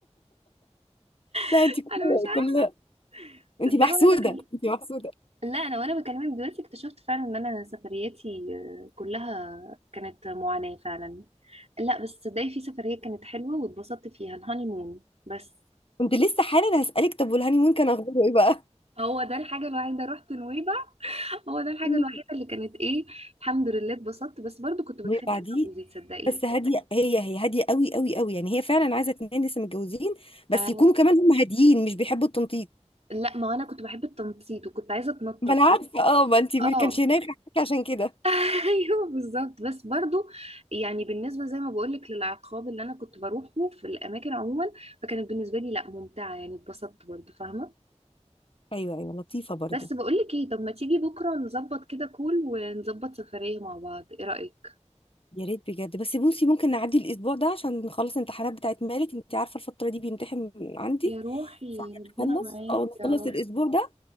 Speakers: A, on the left (about 50°); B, on the right (about 65°).
A: لا
B: <laughs>
A: انت كل
B: انا مش عارفه
A: كل
B: تصدقي
A: انت محسودة
B: وانا بكلم
A: انت محسودة
B: لا انا وانا بكلمك دلوقتي اكتشفت فعلا ان انا سفرياتي آه، كلها كانت معاناة فعلا لا بس صدقني في سفرية كانت حلوة واتبسطت فيها الهاني مون بس
A: كنت لسه حالا هسألك طب والهاني مون كان اخباره ايه بقى
B: هو ده الحاجة الوحيدة رحت نويبع هو ده الحاجة
A: <laughs>
B: الوحيدة
A: مم.
B: اللي كانت ايه الحمد لله اتبسطت بس برضو كنت بتخانق
A: وبعديه
B: مع جوزي تصدقي
A: بس هاديه هي هي هاديه قوي قوي قوي يعني هي فعلا عايزه اتنين لسه متجوزين بس
B: آه
A: يكونوا كمان هم هاديين مش بيحبوا التنطيط
B: لا ما انا كنت بحب التنطيط وكنت عايزة اتنطط
A: ما انا
B: بس
A: عارفة اه ما انت ما
B: اه
A: كانش هناك عشان كده
B: <laughs> ايوه بالظبط بس برضو يعني بالنسبه زي ما بقولك للعقاب اللي انا كنت بروحه في الاماكن عموما فكانت بالنسبه لي لا ممتعه يعني اتبسطت برضو فاهمه
A: ايوه ايوه لطيفه برضو
B: بس بقولك ايه طب ما تيجي بكره نظبط كده كول ونظبط سفريه مع بعض ايه رايك
A: يا ريت بجد بس بصي ممكن نعدي الاسبوع ده عشان نخلص الامتحانات بتاعت مالك انت عارفه الفتره دي بيمتحن عندي
B: يا روحي
A: فهنخلص
B: ربنا معاك
A: او نخلص
B: يا رب
A: الاسبوع ده